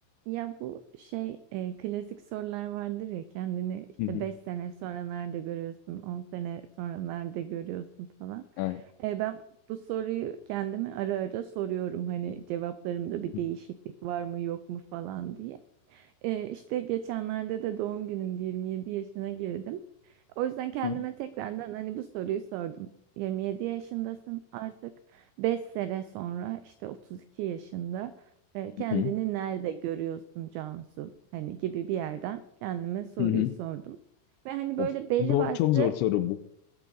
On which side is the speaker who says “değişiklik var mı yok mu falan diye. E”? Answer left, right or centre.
Right